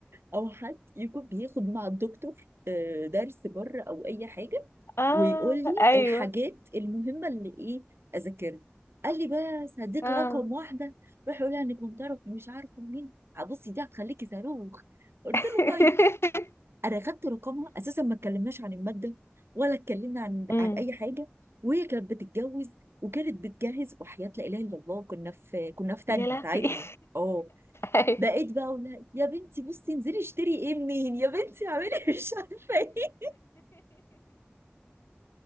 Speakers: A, on the right; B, on the left.
A: او حد يكون بياخد مع الدكتور آه، درس بره او اي حاجه
B: اه
A: ويقول لي
B: ايوه
A: الحاجات المهمه اللي ايه اذاكرها قال لي بس هديك
B: اه
A: رقم واحده روح يقول لها انك كنت تعرف مش عارفه مين بصي دي هتخليكي صاروخ قلت
B: <laughs>
A: له طيب انا خدت رقمها اساسا ما اتكلمناش عن الماده ولا اتكلمنا عن
B: امم
A: عن اي حاجه وهي كانت بتتجوز وكانت بتجهز وحياه لا اله الا الله كنا في كنا في تانية
B: يا لهوي
A: ساعتها
B: <laughs>
A: اه
B: أيوة.
A: بقيت بقى اقول لها يا بنتي بصي انزلي اشتري ايه منين يا بنتي اعملي <laughs> مش عارفه ايه